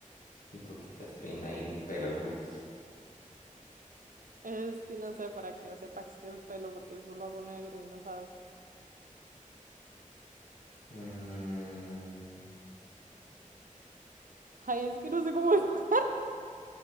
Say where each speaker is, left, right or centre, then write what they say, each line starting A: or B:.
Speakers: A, on the left; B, on the right.
A: ¿Y por qué estás poniendo ahí un pelo rubio?
B: Es que no sé, para que sepas que es pelo, porque es lo hago negro y no sabes.
A: Mm,
B: Ay, es que no sé cómo dibujar.